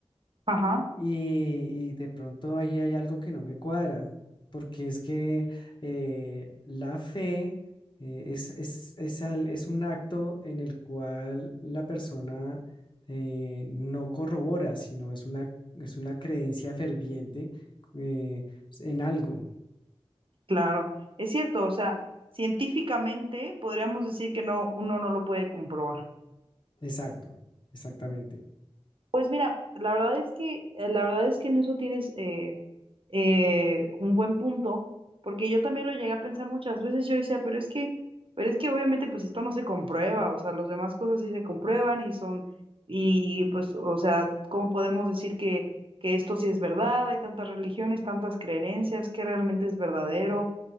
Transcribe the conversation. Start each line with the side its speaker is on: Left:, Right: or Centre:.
Right: Ajá,
Left: Y, y de pronto ahí hay algo que no me cuadra, porque es que eh, la fe eh, es, es, es al- es un acto en el cual la persona eh, no corrobora, sino es una, es una creencia ferviente eh, en algo.
Right: claro, es cierto, o sea, científicamente podríamos decir que no, uno no lo puede comprobar.
Left: Exacto, exactamente.
Right: Pues mira, la verdad es que, eh, la verdad es que en eso tienes eh, eh, un buen punto, porque yo también lo llegué a pensar muchas veces, yo decía, pero es que, pero es que obviamente pues esto no se comprueba, o sea, las demás cosas sí se comprueban y son, y pues, o sea, ¿cómo podemos decir que, que esto sí es verdad? Hay tantas religiones, tantas creencias, que realmente es verdadero?